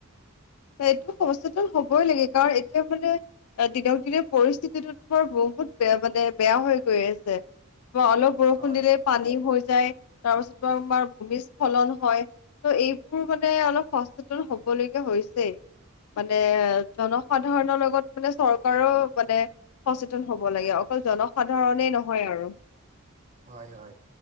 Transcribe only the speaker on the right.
হয়
হয় হয়,